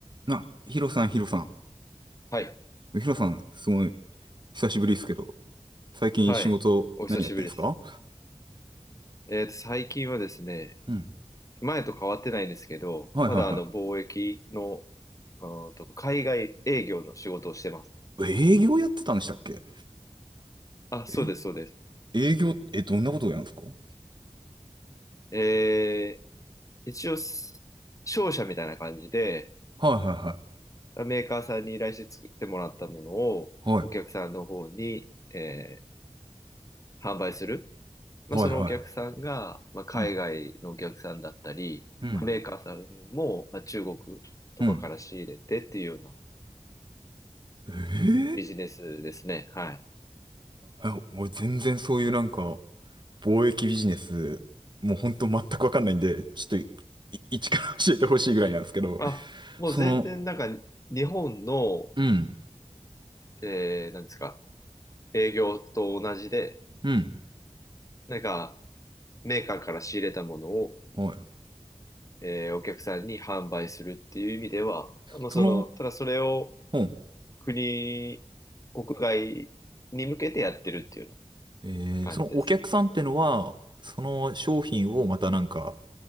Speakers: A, on the right; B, on the left.
A: な、ヒロさん、ヒロさん。
B: はい。
A: ヒロさん、すごい、久しぶりですけど、最近仕事、
B: はい。お久しぶりです。
A: 何やってんですか
B: えーと、最近はですね、
A: うん。
B: 前と変わってないんですけど、
A: はいはい
B: まだあの貿易の、あーと、海外営業の仕事をしてます。
A: はい。営業やってたんでしたっけ
B: あ、そうです、
A: え、
B: そうです。
A: 営業、え、どんなことをやるんですかはい
B: えー、一応、す商社みたいな感じで、
A: はい
B: メーカーさんに依頼して作ってもらったものを、
A: はい。はい。
B: お客さんの方に、えー販売する。まあ、
A: はいは
B: そのお客さんが、まあ、海外のお客さんだったり、
A: い。うん。うん。
B: メーカーさんも、まあ、中国とかから仕入れてっていうような
A: うん。えー、
B: ビジネスですね。はい。
A: え俺全然そういうなんか、貿易ビジネス、もうほんと全くわかんないんで、ちょっと、い一から教えてほしいぐらいなんですけど、
B: あ、もう全然なんか日本の、
A: その、うん。
B: えー、なんですか、営業と同じで、
A: うん。
B: なんかメーカーから仕入れたものを、
A: はい。
B: えーお客さんに販売するっていう意味では、まあ、
A: その、
B: その、ただそれを
A: うん。
B: 国、国外に向けてやってるっていうような
A: えー、
B: 感じですね。
A: そのお客さんってのは、その商品をまたなんか